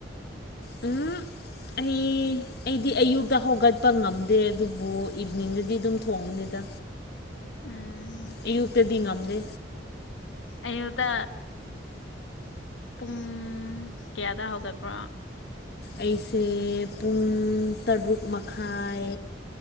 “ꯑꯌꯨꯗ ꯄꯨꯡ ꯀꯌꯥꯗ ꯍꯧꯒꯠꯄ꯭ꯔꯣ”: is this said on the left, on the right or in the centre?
Left